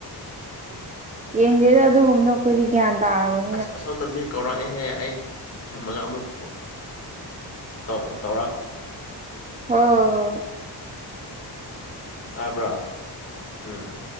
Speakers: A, on the right; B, on the left.
A: ꯌꯦꯡꯗꯦꯗ ꯑꯗꯨꯒꯨꯝꯗ‌ꯣ ꯈꯣꯏꯗꯤ ꯒ꯭ꯌꯥꯟ ꯇꯥꯔ‌ꯣꯏ
B: ꯑꯁ ꯑꯁ‌ꯣꯟꯗ ꯃꯤ ꯀꯧꯔꯛꯑꯦꯍꯦ ꯑꯩ ꯊꯝꯃꯒ ꯑꯃꯨꯛ ꯇꯧ ꯇꯧꯔꯛ
A: ꯑꯣ
B: ꯇꯥꯕ꯭ꯔꯣ ꯎꯝ